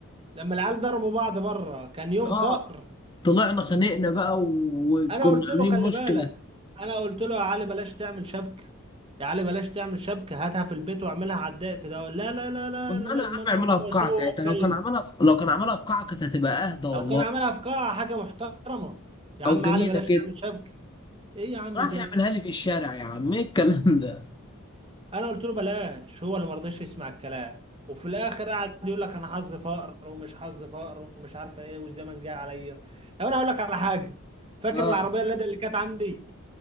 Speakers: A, on the right; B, on the left.
A: لما العيال ضربوا بعض بره كان يوم
B: اه
A: فقر
B: طلعنا خانقنا بقى وكنا
A: انا قلت له
B: عاملين
A: خلي
B: مشكله
A: بالك انا قلت له يا علي بلاش تعمل شبكة يا علي بلاش تعمل شبكة هاتها في البيت واعملها على الضيق كده لا لا لا لا
B: قلنا
A: انا لازم
B: له يا عم
A: انا
B: اعملها
A: اعمل
B: في
A: واسوي
B: قاعه ساعتها
A: واخلي
B: لو كان عملها في... لو كان عملها في قاعه كانت هتبقى اهدى والله
A: او كان عاملها في قاعة حاجة محترمة يا
B: او
A: عم
B: جنينه
A: علي بلاش
B: كده
A: تعمل شبكة ايه يا عم
B: راح
A: ده
B: يعملها لي في الشارع يا عم ايه الكلام ده
A: انا قلت له بلاش هو اللي ما رضاش يسمع الكلام وفي الاخر قعد يقول لك انا حظ فقر ومش حظ فقر ومش عارفه ايه والزمن جه عليا طب انا هقول لك على حاجه فاكر
B: اه
A: العربيه اللي اللي كانت عندي